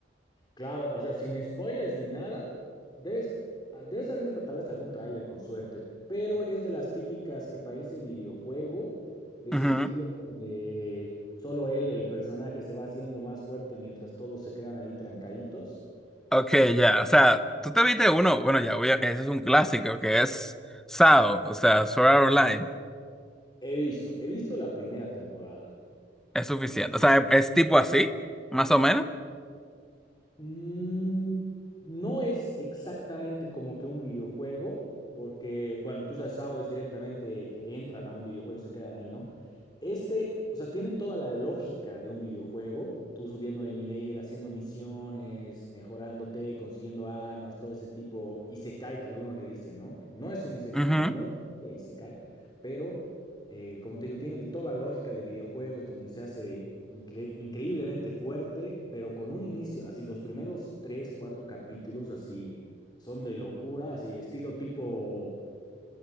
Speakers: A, on the left (about 25°); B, in the centre.
A: Claro, o sea, sin spoilers ni nada, debes, ah, debes haber visto tal vez algún tráiler con suerte, pero es de las típicas que parece videojuego, de ese
B: Ujú.
A: estilo donde solo él, el personaje, se va haciendo más fuerte mientras todos se quedan ahí trancaditos.
B: Ok,
A: Y
B: ya, o sea, tú te viste uno, bueno, ya, voy a- ese es un clásico que es SAO, o sea, Sword Art Online,
A: he visto, he visto la primera temporada.
B: es suficiente, o sea, es, tipo así, más o menos,
A: Mm, no es exactamente como que un videojuego, porque, bueno, tú sabes, SAO es directamente que entran a un videojuego y se quedan ahí, ¿no? Este, o sea, tiene toda la lógica de un videojuego, tú subiendo de nivel, haciendo misiones, mejorándote, consiguiendo armas, todo ese tipo, isekai que algunos le dicen, ¿no? No es un isekai,
B: Ujú.
A: no, no le diría isekai, pero eh, como te digo, tiene el- toda la lógica de videojuegos donde se hace incre- increíblemente fuerte, pero con un inicio, así los primeros tres, cuatro capítulos así son de locura, así estilo tipo,